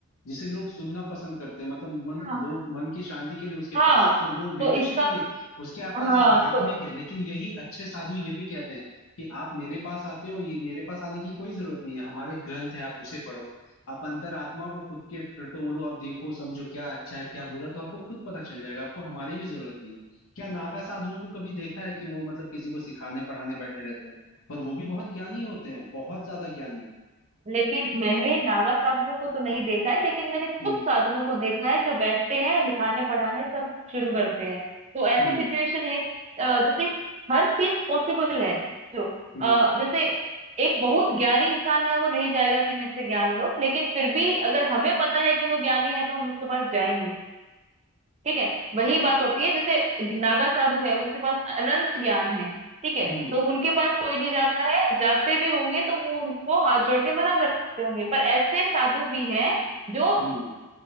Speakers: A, on the left; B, on the right.
A: जिसे लोग सुनना पसंद करते हैं मतलब मन
B: हाँ
A: लोग मन की शांति के लिए उसके
B: हाँ
A: पास जाते हैं वो लीडरशिप
B: तो इसका
A: नहीं है उसके आप पास
B: हाँ
A: आध्यात्मिक
B: तो
A: है लेकिन यही अच्छे साधु ये भी कहते हैं कि आप मेरे पास आते हो ये मेरे पास आने की कोई जरूरत नहीं है हमारे ग्रंथ है आप उसे पढ़ो आप अंतरात्मा को खुद के टटोलो आप देखो समझो क्या अच्छा है क्या बुरा तो आपको खुद पता चल जाएगा आपको हमारी भी जरूरत नहीं है क्या नागा साधुओं को कभी देखा है कि वो मतलब किसी को सिखाने पढ़ाने बैठे रहते हैं और वो भी बहुत ज्ञानी होते हैं बहुत ज्यादा ज्ञानी
B: लेकिन मैंने नागा साधुओं को तो नहीं देखा है लेकिन मैंने कुछ
A: हम्म
B: साधुओं को देखा है जो बैठते हैं लिखाने पढ़ाने सब शुरू करते हैं तो ऐसी
A: हम्म
B: सिचुएशन है अ, जैसे हर चीज पॉसिबल है जो
A: हम्म
B: अ, जैसे एक बहुत ज्ञानी इंसान है वो नहीं जाएगा कि मेरे से ज्ञान लो लेकिन फिर भी अगर हमें पता है कि वो ज्ञानी है तो हम उसके पास जाएंगे ठीक है वही बात होती है जैसे नागा साधु है उनके पास अनंत ज्ञान है ठीक है
A: हम्म हम्म
B: तो उनके पास कोई नहीं जाता है जाते भी होंगे तो वो उनको हाथ जोड़ के मना करते होंगे पर ऐसे साधु भी हैं जो
A: हम्म